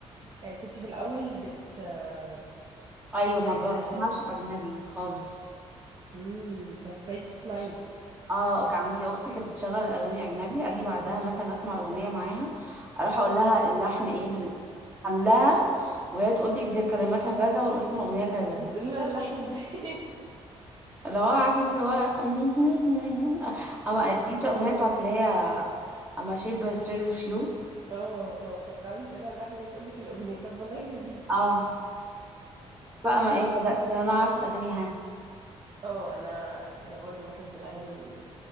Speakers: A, on the right (about 40°); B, on the right (about 15°).
A: يعني كنت في الاول بت آه،
B: أيوة
A: معي
B: ما
A: كده
B: بسمعش
A: اغاني
B: أجنبي خالص
A: امم بس بقيتي تسمعيه
B: اه كان عندي اختي كانت بتشغل الاغاني اجنبي اجي بعدها مثلا اسمع الاغنيه معاها اروح اقول لها اللحن ايه ال- حلها وهي تقول لي دي كلماتها كذا والاسم الاغنيه كذا
A: بتقولي لها اللحن ازاي
B: اللي هو عارفه انت اللي هو <laughs> اما دي بتاع الاغنيه بتاعت اللي هي اما شيب ستريت اوف يو
A: <laughs> اه اه فبتقعدي تقولي لها اللحن وهي تقول لك الاغنيه طب والله لذيذ
B: اه بقى ما ايه بدات ان انا اعرف الاغاني ها
A: اه انا انا برضه بحب الاغاني